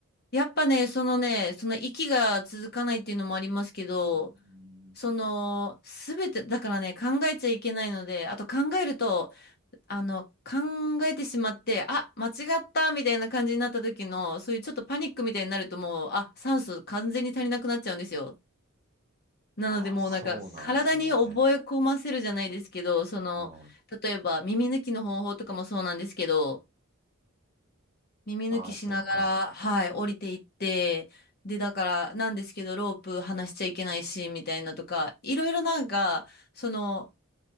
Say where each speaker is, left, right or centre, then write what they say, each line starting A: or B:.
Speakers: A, on the left; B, on the right.
A: やっぱね、そのね、その息が続かないっていうのもありますけど、
B: うーん
A: その、すべて、だからね、考えちゃいけないので、あと考えると、あの、考えてしまって、あ、間違ったみたいな感じになった時の、そういうちょっとパニックみたいになるともう、あ、酸素完全に足りなくなっちゃうんですよ。なので、
B: ああ、
A: もうなんか、
B: そうなんですね。
A: 体に覚え込ませるじゃないですけど、その、
B: うん。
A: 例えば耳抜きの方法とかもそうなんですけど、耳抜きしながら、
B: ああ、そうか。
A: はい、降りていって、で、だから、なんですけど、ロープ離しちゃいけないし、みたいなとか、いろいろなんか、その、